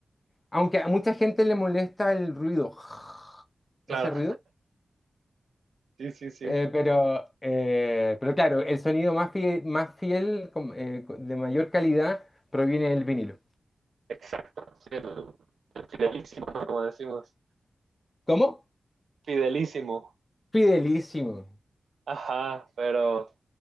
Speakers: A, on the left; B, on the right.
A: aunque a mucha gente le molesta el ruido, <laughs>
B: claro.
A: ese ruido.
B: Sí, sí, sí.
A: Eh, pero, eh, pero claro, el sonido más fiel, más fiel com- eh, co- de mayor calidad proviene del vinilo.
B: Exacto. Sí, el, el fidelísimo, ¿no? Como decimos.
A: ¿Cómo?
B: Fidelísimo.
A: Fidelísimo.
B: Ajá, pero